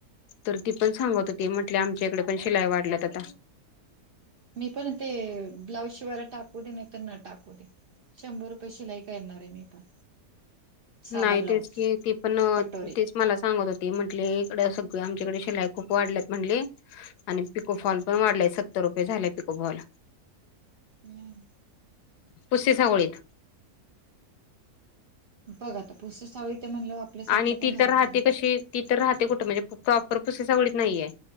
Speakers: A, on the left; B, on the right.
A: तर ती पण सांगत होती म्हट आमच्या इकडे पण शिलाई वाढल्यात आता
B: मी पण ते ब्लाऊज शिवायला टाकू दे नाही तर न टाकू दे शंभर रुपये पैशीिलाय का येणार आहे मी पण साधा
A: नाही
B: ब्लाऊज
A: तेच की ती पण
B: कटोरी
A: तेच मला सांगत होते म्हंटले इकडं सगळ आमच्याकडे शिलाय खूप वाढल्यात म्हटले आणि पिको फॉल पण वाढलाय सत्तर रुपये झालेय पिको फॉल
B: हम्म
A: पुसे सावळीत
B: बघा आ पुूस साळी ते म्हणलं आपल्या साईडला
A: आणि
B: पण
A: ती
B: झालं
A: तर राहते
B: पाहिजे
A: कशी
B: की
A: ती तर राहते कुठे म्हणजे प्रॉपर पोसेस आवडीत नाहीये